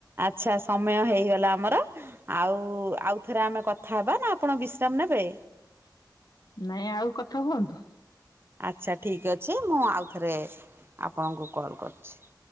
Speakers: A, on the right; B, on the left.
A: ଆଚ୍ଛା ସମୟ ହେଇଗଲା ଆମର ଆଉ ଆଉଥରେ ଆମେ କଥା ହବା ନା ଆପଣ ବିଶ୍ରାମ ନେବେ?
B: ନାଇଁ ଆଉ କଥା ହୁଅନ୍ତୁ।
A: ଆଚ୍ଛା ଠିକ୍ ଅଛି, ମୁଁ ଆଉଥରେ ଆପଣଙ୍କୁ କଲ୍ କରୁଛି। <inaudible>